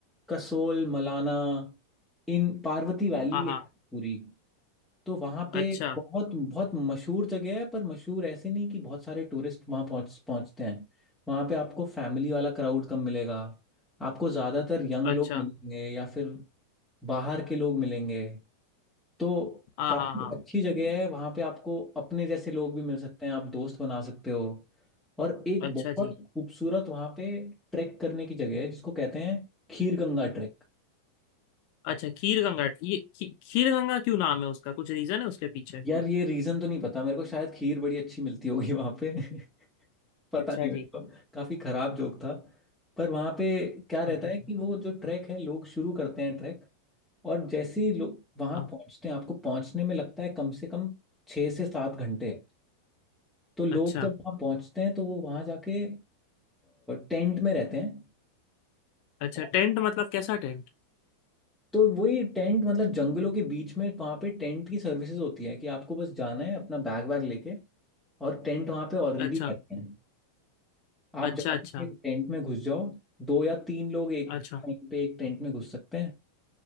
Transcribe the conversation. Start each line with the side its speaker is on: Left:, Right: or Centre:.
Centre: कसोल मलाना इन पार्वती वैली
Left: हाँ हाँ
Centre: है पूरी तो वहाँ पे
Left: अच्छा
Centre: बहुत बहुत मशहूर जगह है पर मशहूर ऐसे नहीं कि बहुत सारे टूरिस्ट वहाँ पहुँच पहुँचते हैं वहाँ पे आपको फैमिली वाला क्राउड कम मिलेगा आपको ज़्यादातर यंग
Left: अच्छा
Centre: लोग मिलेंगे या फिर बाहर के लोग मिलेंगे तो
Left: हाँ
Centre: काफी
Left: हाँ हाँ
Centre: अच्छी जगह है वहां पे आपको अपने जैसे लोग भी मिल सकते हैं आप दोस्त बना सकते हो और एक
Left: अच्छा
Centre: बहुत
Left: जी
Centre: खूबसूरत वहां पे ट्रैक करने की जगह है जिसको कहते हैं खीर गंगा ट्रैक
Left: अच्छा खीर गंगा ये खी, खीर गंगा क्यों नाम है उसका कुछ रीजन है उसके पीछे
Centre: यार ये रीजन तो नहीं पता मेरे को शायद खीर बड़ी अच्छी मिलती होगी वहां पे <laughs> पता
Left: अच्छा
Centre: नहीं मेरे
Left: जी
Centre: को काफी खराब जोक था पर वहां पे क्या रहता
Left: ओके
Centre: है कि वो जो ट्रैक है लोग शुरू करते हैं ट्रैक और जैसे ही लोग वहां
Left: हाँ
Centre: पहुंचते हैं आपको पहुंचने में लगता है कम से कम छः से सात घंटे तो लोग
Left: अच्छा
Centre: जब वहाँ पहुँचते हैं तो वो वहाँ जाके टेंट में रहते हैं
Left: अच्छा
Centre: और
Left: टेंट मतलब कैसा टेंट
Centre: तो वही टेंट मतलब जंगलों के बीच में वहाँ पे टेंट की सर्विसेज होती है कि आपको बस जाना है अपना बैग वैग लेके और टेंट वहाँ पे ऑलरेडी
Left: अच्छा
Centre: रहते हैं आप
Left: अच्छा
Centre: जाके
Left: अच्छा
Centre: टेंट में घुस जाओ दो या तीन लोग एक
Left: अच्छा
Centre: टाइम पे एक टेंट में घुस सकते हैं